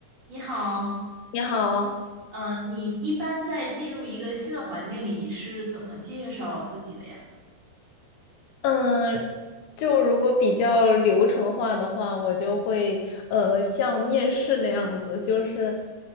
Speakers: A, on the right; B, on the left.
A: 你好，
B: 你好，
A: 呃，你一般在进入一个新的环境里是怎么介绍自己的呀？
B: 嗯，就如果比较流程化的话，我就会呃像面试那样子，就是